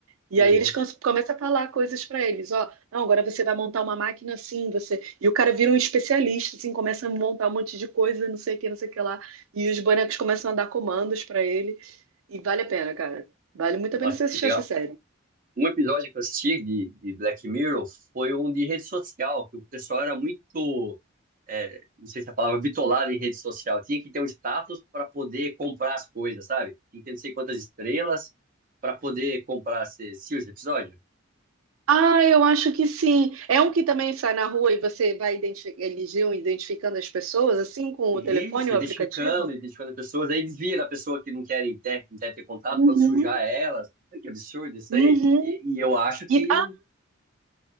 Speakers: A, on the right; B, on the right.
A: E
B: Que
A: aí
B: louco.
A: eles come- começam a falar coisas para eles, ó, não, agora você vai montar uma máquina assim, você... E o cara vira um especialista, assim, começa a montar um monte de coisa, não sei o que, não sei o que lá. E os bonecos começam a dar comandos para ele. E vale a pena, cara. Vale muito a pena
B: Nossa,
A: você assistir
B: que legal.
A: essa série.
B: Um episódio que eu assisti de, de Black Mirror foi um de rede social, que o pessoal era muito, é, não sei se é a palavra, bitolado em rede social. Tinha que ter um status para poder comprar as coisas, sabe? Tinha que ter não sei quantas estrelas para poder comprar esse, esse episódio.
A: Ah, eu acho que sim. É um que também sai na rua e você vai identific... eles iam identificando as pessoas, assim, com
B: E
A: o telefone,
B: isso, identificando,
A: o aplicativo?
B: identificando pessoas, aí desvia da pessoa que não quer ter, não quer ter contato,
A: Uhum.
B: quando sujar elas. Olha Que absurdo isso
A: Uhum.
B: aí. E, e eu acho que
A: E,